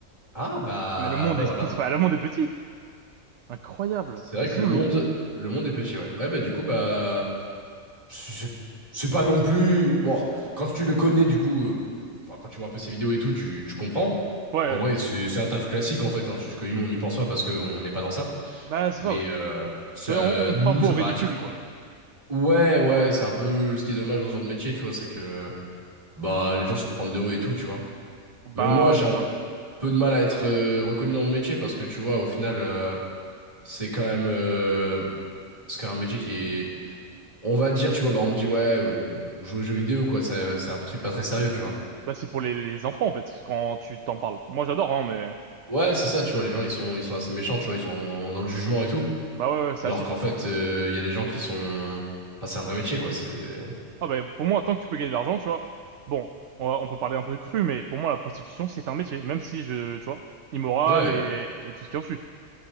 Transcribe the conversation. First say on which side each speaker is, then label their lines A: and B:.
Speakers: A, on the right; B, on the right.
A: Ah, bah,
B: Mais le monde
A: bah
B: est
A: voilà.
B: petit. Enfin, le monde est petit. Incroyable.
A: C'est vrai
B: Zulu.
A: que le monde, le monde est petit, ouais. Ouais, bah du coup, bah, c'est c'est pas non plus... Bon, quand tu le connais, du coup, euh, enfin, quand tu vois un peu ses vidéos et tout, tu, tu comprends.
B: Ouais, ouais.
A: En vrai,
B: ouais.
A: c'est c'est un taf classique, en fait, hein, c'est juste que nous, on n'y pense pas parce qu'on n'est pas dans ça.
B: Bah c'est
A: Mais
B: ça, oui.
A: euh, ça,
B: On, on
A: nous,
B: prend pas
A: ça
B: au ridicule,
A: paraît atypique,
B: quoi.
A: quoi. Ouais, ouais, c'est un peu ce qui est dommage dans ce genre de métier, tu vois, c'est que bah les gens s'en prennent de haut et tout, tu vois.
B: Bah
A: Mais moi,
B: ouais,
A: j'ai
B: c'est
A: un
B: ça, ouais.
A: peu de mal à être euh, reconnu dans mon métier parce que tu vois, au final, euh, c'est quand même euh, c'est quand même un métier qui est, on va dire, tu vois, bah on me dit ouais, euh, jouer aux jeux vidéo quoi, ça- c'est un truc pas très sérieux, tu vois.
B: Bah, c'est pour les, les enfants, en fait, quand tu t'en parles. Moi, j'adore, hein, mais...
A: Ouais, c'est ça, tu vois, les gens ils sont ils sont assez méchants, tu vois, ils sont dans le jugement et tout,
B: Bah ouais, ouais, c'est
A: alors
B: hâtif.
A: qu'en fait, euh, il y a des gens qui sont, enfin, c'est un vrai métier quoi, c'est
B: Ah bah, pour moi, tant que tu peux gagner de l'argent, tu vois... Bon, on, va- on peut parler un peu cru, mais pour moi, la prostitution, c'est un métier. Même si, je, tu vois, immoral
A: ouais,
B: et, et tout ce qui en suit.